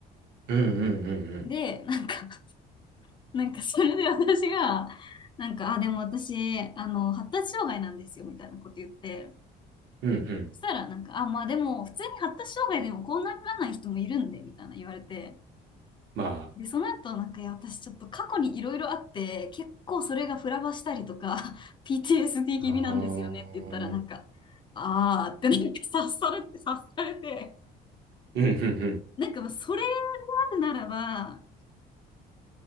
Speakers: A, on the right; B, on the left.
A: うんうんうんうん。
B: で、なんか <laughs> なんかそれで私が、なんか、あ、でも私、あの、発達障害なんですよ、みたいなこと言って、
A: うんうん
B: したら、なんか、あ、まあでも、普通に発達障害でもこうならない人もいるんで、みたいな言われて。
A: ま
B: で、その後、なんか、いや、私ちょっと過去にいろいろあって、結構それがフラバしたりとか、<laughs> PTSD
A: あ、
B: 気味なんですよねって言ったら、
A: ああー
B: なんか、あーってなんか察されて、察されて、
A: うん、うん、うん。
B: なんか、それがあるならば、